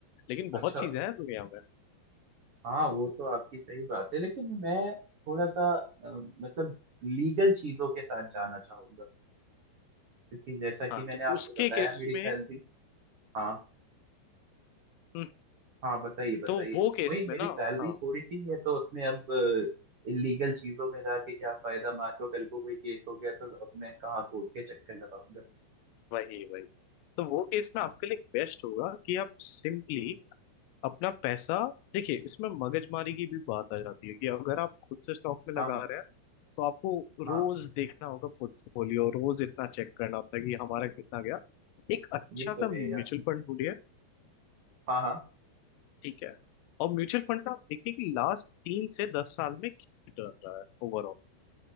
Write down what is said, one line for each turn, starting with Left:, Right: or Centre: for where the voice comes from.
Left: लेकिन बहुत
Right: अच्छा
Left: चीजें हैं दुनिया में
Right: हाँ वो तो आपकी सही बात है लेकिन मैं थोड़ा सा अ, मतलब लीगल चीजों के साथ जाना चाहूंगा क्योंकि जैसा कि
Left: हाँ
Right: मैंने
Left: तो
Right: आपको
Left: उसके
Right: बताया
Left: केस
Right: मेरी
Left: में
Right: सैलरी हाँ
Left: हम्म,
Right: हाँ बताइए बताइए
Left: तो वो केस
Right: वही मेरी
Left: में ना
Right: सैलरी
Left: हाँ
Right: थोड़ी सी है तो उसमें अब इलीगल चीजों में जाके क्या फायदा मान लो कल को कोई केस हो गया तो अब मैं कहाँ कोर्ट के चक्कर लगाऊंगा
Left: वही वही तो वो केस
Right: हाँ
Left: में आपके लिए बेस्ट होगा कि आप सिंपली अपना पैसा देखिए इसमें मगजमारी की भी बात आ जाती है कि अगर आप खुद से स्टॉक में लगा
Right: हाँ हाँ
Left: रहे हैं तो आपको
Right: हाँ
Left: रोज देखना होगा पोर्टफोलियो रोज इतना चेक करना होता है कि हमारा कितना गया एक अच्छा
Right: ये
Left: सा
Right: तो
Left: म्यूचुअल
Right: है यार
Left: फंड ढूंढिए
Right: हाँ हाँ
Left: ठीक है और म्यूचुअल फंड का आप देखिए कि लास्ट तीन से दस साल में कितना रहा है ओवरऑल